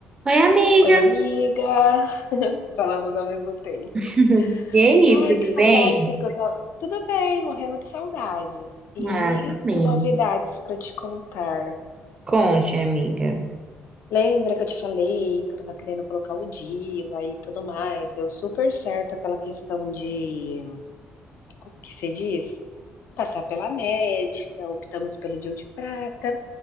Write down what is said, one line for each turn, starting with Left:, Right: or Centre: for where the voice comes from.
Right: Oi, amiga.
Left: Oi, amiga! <laughs> Falamos ao mesmo tempo.
Right: <laughs> E aí,
Left: Ai,
Right: tudo
Left: que saudade
Right: bem?
Left: que eu tava. Tudo bem, morrendo de saudade. E
Right: Ah, também.
Left: com novidades pra te contar.
Right: Conte, amiga.
Left: Lembra que eu te falei que eu tava querendo colocar o DIU aí e tudo mais? Deu super certo aquela questão de. Como que se diz? Passar pela médica, optamos pelo DIU de prata.